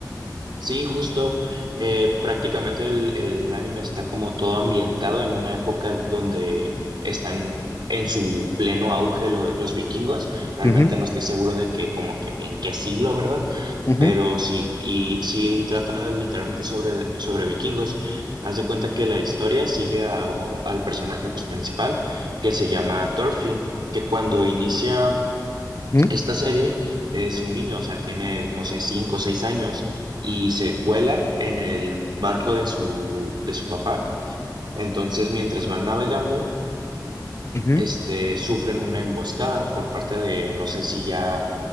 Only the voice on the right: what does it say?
Sí, justo. eh, prácticamente el, el anime está como todo ambientado en una época donde están en su pleno auge lo- los vikingos. Realmente
no estoy seguro de que como que en qué siglo, ¿verdad?
Pero sí, y sí trata literalmente sobre, sobre vikingos. Haz de cuenta que la historia sigue a u- al personaje pues, principal que se llama Thorfinn, que cuando inicia
esta serie es un niño, o sea, tiene, no sé, cinco o seis años y se cuela en el barco de su, de su papá. Entonces, mientras van navegando,
este, sufren una emboscada por parte de, no sé si ya,